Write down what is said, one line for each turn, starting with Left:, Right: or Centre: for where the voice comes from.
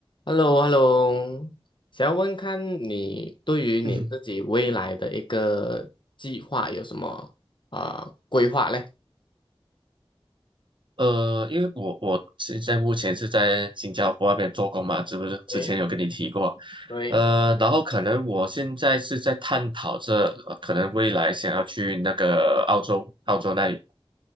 Left: h e l l o h e l l o 想要问看你对于你自己未来的一个计划有什么啊、
Right: 嗯，
Left: 规划嘞？
Right: 呃，因为我我现在目前是在新加坡那边做工嘛，是不是？之前有跟你提过，
Left: 诶，对，
Right: 呃，然后可能我现在是在探讨着，呃可能未来想要去那个澳洲，澳洲那里，